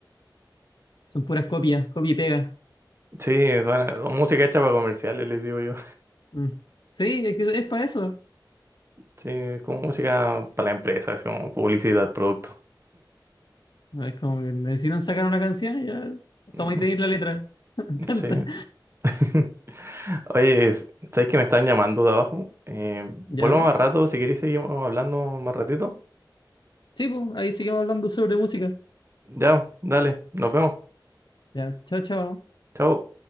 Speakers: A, on the left; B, on the right.
A: Son puras copias, copia y pega.
B: Sí, suena o música hecha para comerciales, les digo yo.
A: Mm. Sí, es que es para eso.
B: <laughs> Sí, como música para la empresa, así como publicidad, producto.
A: Es como que necesitan sacar una canción y ya. Toma
B: Mm,
A: y tenéis la letra. <laughs> Canta.
B: Sí. <laughs> Oye, es- ¿sabes que me están llamando de abajo? Eh, vuelvo
A: ¿Ya?
B: más rato, si queréis seguimos hablando más ratito.
A: Sí, pues, ahí seguimos hablando sobre música.
B: Ya, dale, nos vemos.
A: Ya, chao, chao.
B: Chao.